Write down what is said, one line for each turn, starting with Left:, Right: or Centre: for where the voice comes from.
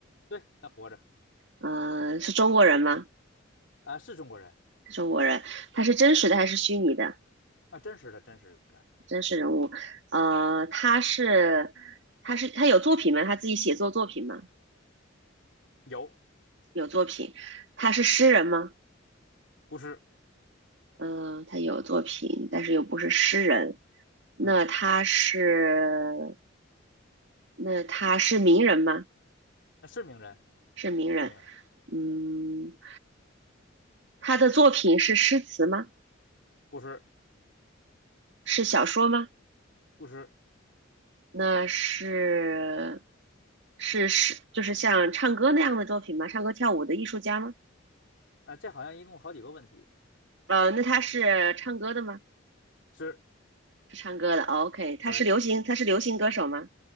Left: 对，他活着
Right: 呃，是中国人吗？
Left: 啊，是中国人
Right: 中国人，他是真实的还是虚拟的？
Left: 啊，真实的真实的，
Right: 真实人物。呃，他是他是他有作品吗？他自己写作作品吗？
Left: 有，
Right: 有作品。他是诗人吗？
Left: 不是，
Right: 嗯、呃他有作品，但是又不是诗人。那他是
Left: 嗯，
Right: 那他是名人吗？
Left: 那是名人，
Right: 是名人。
Left: 是名人，
Right: 嗯，他的作品是诗词吗？
Left: 不是
Right: 是小说吗？
Left: 不是。
Right: 那是是是，就是像唱歌那样的作品吗？唱歌跳舞的艺术家吗？
Left: 啊，这好像一共好几个问题。
Right: 呃，那他是唱歌的吗？
Left: 是，
Right: 是唱歌的。哦 OK，他是流行，
Left: 对，
Right: 他是流行歌手吗？